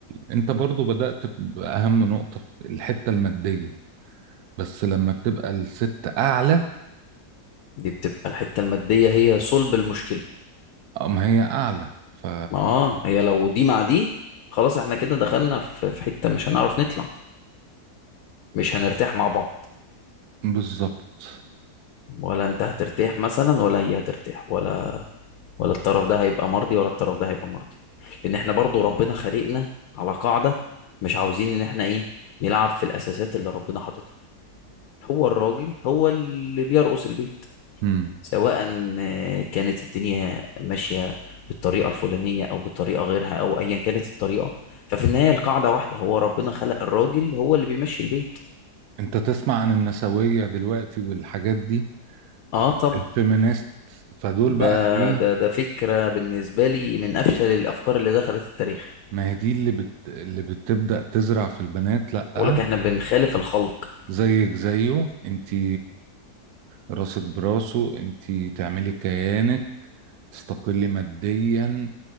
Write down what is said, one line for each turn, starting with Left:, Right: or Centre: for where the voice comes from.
Right: أنت برضو بدأت بأهم نقطة الحتة المادية بس لما بتبقى الست أعلى
Left: دي بتبقى الحته الماديه هي صلب المشكله
Right: أم هي أعلى ف
Left: ما اه هي لو دي مع دي خلاص احنا كده دخلنا في في حته مش هنعرف نطلع مش هنرتاح مع بعض
Right: بالظبط
Left: ولا انت هترتاح مثلا ولا هي هترتاح ولا ولا الطرف ده هيبقى مرضي ولا الطرف ده هيبقى مرضي لان احنا برضو ربنا خلقنا على قاعدة مش عاوزين ان احنا ايه نلعب في الاساسات اللي ربنا حاططها هو الراجل هو اللي بيرقص البيت
Right: مم.
Left: سواء آه، كانت الدنيا ماشية بالطريقة الفلانية او بالطريقة غيرها او ايا كانت الطريقة ففي النهاية القاعدة واحدة هو ربنا خلق الراجل هو اللي بيمشي البيت
Right: انت تسمع عن النسوية دلوقتي والحاجات دي
Left: اه طبعا
Right: الفيمينيست فدول
Left: ده
Right: بقى ايه
Left: ده ده فكرة بالنسبة لي من افشل الافكار اللي دخلت التاريخ
Right: ما هي دي اللي بت... اللي بتبدأ تزرع في البنات لأ
Left: بقول لك احنا بنخالف الخلق
Right: زيك زيه انتي راسك براسه انتي تعملي كيانك تستقلي ماديا